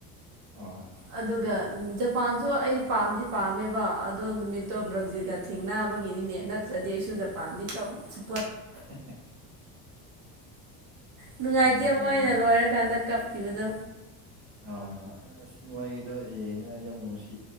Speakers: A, on the right; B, on the right.
A: ꯑ
B: ꯑꯗꯨꯒ ꯖꯄꯥꯟꯁꯨ ꯑꯩ ꯄꯥꯝꯗꯤ ꯄꯥꯝꯃꯦꯕ ꯑꯗꯣ ꯅꯨꯃꯤꯠꯇꯣ ꯕ꯭ꯔꯥꯖꯤꯜꯒ ꯊꯦꯡꯅꯕꯒꯤꯅꯤꯅꯦ ꯅꯠꯇ꯭ꯔꯥ ꯗꯤ ꯑꯩꯁꯨ ꯖꯄꯥꯥꯟꯗꯤ ꯇꯧ ꯁꯕ
A: <unintelligible>
B: ꯅꯨꯡꯉꯥꯏꯇꯦ
A: ꯆꯨꯝꯃꯦ ꯆꯨꯝꯃꯦ
B: ꯃꯣꯏꯅ ꯂꯣꯏꯔꯀꯥꯟꯗ ꯀꯞꯈꯤꯕꯗꯣ
A: ꯍꯣꯏ ꯍꯣꯏ ꯑꯁ ꯃꯣꯏꯗꯣ ꯌꯦꯅ ꯌꯥꯝ ꯅꯨꯡꯁꯤ